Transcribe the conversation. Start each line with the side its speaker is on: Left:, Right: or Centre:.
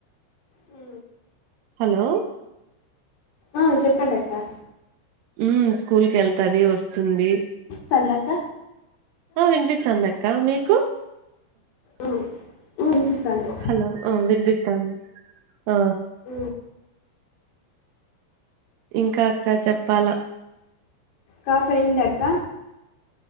Left: ఊ
Right: హలో
Left: ఆ చెప్పండి అక్క
Right: ఉ స్కూల్ కి వెళ్తది వస్తుంది
Left: చందక్క
Right: ఆ వినిపిస్తాందక్క మీకు
Left: అ అనిపిస్తంది
Right: హలో అ వినిపిత్తాంది ఆ
Left: అ
Right: ఇంకా అక్క చెప్పాలా
Left: కాఫీ అయిందా అక్క